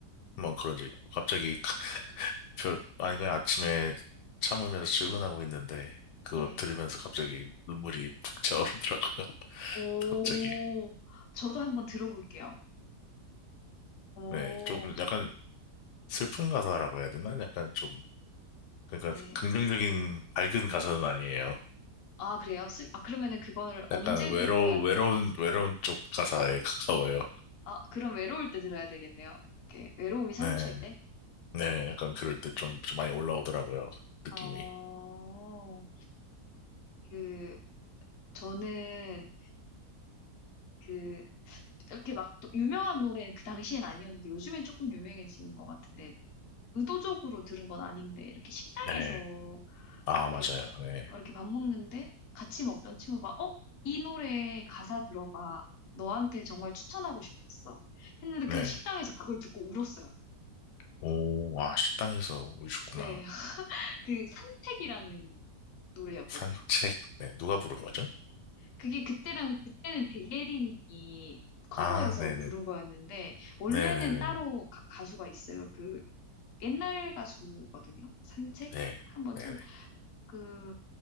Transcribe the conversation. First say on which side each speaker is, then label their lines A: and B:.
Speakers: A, on the left; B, on the left.
A: 한번 그런 적 있고. 갑자기 별, 아니, 그냥 아침에 참으면서 출근하고 있는데, 그거
B: 네.
A: 들으면서 갑자기 눈물이 푹 차오르더라고요. <laughs>
B: 오,
A: 갑자기.
B: 저도 한번 들어볼게요. 오,
A: 네, 좀 약간 슬픈 가사라고 해야 되나? 약간 좀, 그러니까
B: 네.
A: 긍정적인 밝은 가사는 아니에요.
B: 아, 그래요? 슬- 아, 그러면은 그거를 언제
A: 약간 외로,
B: 들어야
A: 외로운,
B: 돼?
A: 외로운 쪽 가사에 가까워요.
B: 아, 그럼 외로울 때 들어야 되겠네요. 이렇게 외로움이 사무칠
A: 네,
B: 때?
A: 네, 약간 그럴 때 좀, 좀 많이 올라오더라고요. 느낌이.
B: 어, 그, 저는 그, 이렇게 막 또 유명한 노래는 그 당시엔 아니었는데 요즘엔 조금 유명해진 것 같은데 의도적으로 들은 건 아닌데 이렇게 식당에서
A: 네. 아,
B: 이렇게
A: 맞아요.
B: 밥,
A: 네.
B: 이렇게 밥 먹는데 같이 먹던 친구가 어? 이 노래 가사 들어봐. 너한테 정말 추천하고 싶었어. 했는데
A: 네.
B: 그 식당에서 그걸 듣고 울었어요.
A: 오, 아, 식당에서 오셨구나.
B: 네. <laughs> 그 산책이라는 노래였거든요.
A: 산책. 네, 누가 부른
B: 네.
A: 거죠?
B: 그게 그때랑 그때는 백예린이 커버해서
A: 아, 네네.
B: 부른 거였는데 원래는
A: 네네네네.
B: 따로 가, 가수가 있어요. 그 옛날 가수거든요. 산책
A: 네.
B: 한번
A: 네네.
B: 천, 그,